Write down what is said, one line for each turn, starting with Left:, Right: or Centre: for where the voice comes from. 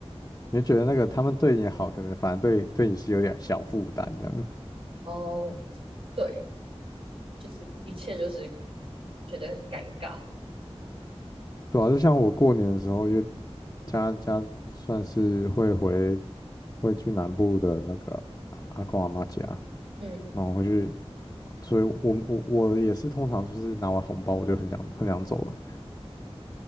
Left: 你会觉得那个他们对你好，可能反而对对你是有点小负担这样。
Right: 哦，对，就是一切就是觉得很尴尬。
Left: 对啊，就像我过年的时候，因为家家算是会回会去南部的那个阿阿公阿妈家，
Right: 嗯，
Left: 然后回去，所以我们我我也是通常就是拿完红包我就很想很想走了，